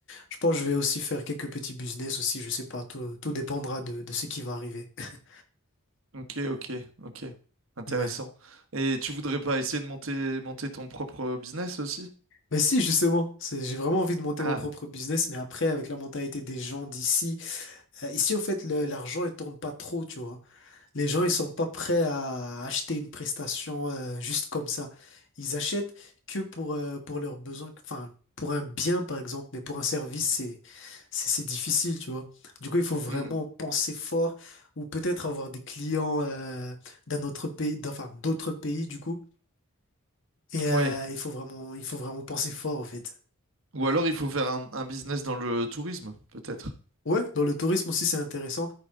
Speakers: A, on the left; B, on the right.
A: je pense que je vais aussi faire quelques petits business aussi, je sais pas, tout, tout dépendra de, de ce qui va arriver. <laughs>
B: Ok, ok, ok. Intéressant.
A: Ouais.
B: Et tu voudrais pas essayer de monter, monter ton propre business aussi?
A: Mais si, justement, c'est- j'ai vraiment envie de monter
B: Ah,
A: mon propre business, mais après, avec la mentalité des gens d'ici, euh, ici, au fait, le- l'argent, il tourne pas trop, tu vois. Les gens, ils sont pas prêts à acheter une prestation, euh, juste comme ça. Ils achètent que pour, euh, pour leurs besoins, enfin, pour un bien, par exemple, mais pour un service, c'est, c'est, c'est difficile, tu vois. Du coup, il faut vraiment
B: hmm.
A: penser fort ou peut-être avoir des clients, euh, d'un autre pays, d'enfin, d'autres pays, du coup. Et, euh,
B: Ouais.
A: il faut vraiment, il faut vraiment penser fort, en fait.
B: Ou alors il faut faire un, un business dans le tourisme, peut-être.
A: Ouais, dans le tourisme aussi, c'est intéressant.